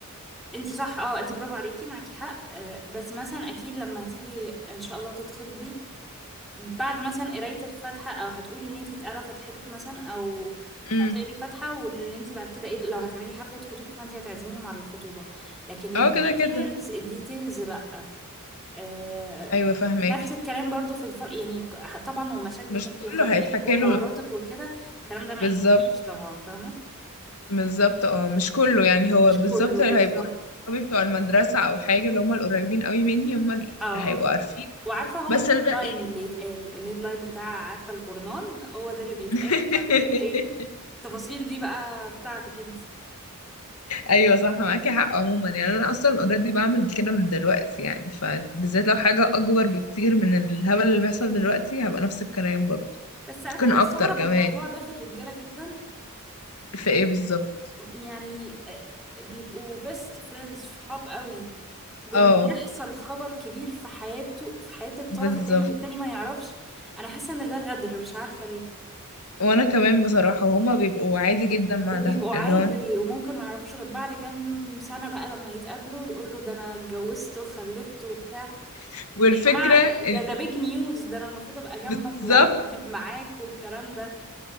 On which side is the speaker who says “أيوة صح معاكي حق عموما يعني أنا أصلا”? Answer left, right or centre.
Left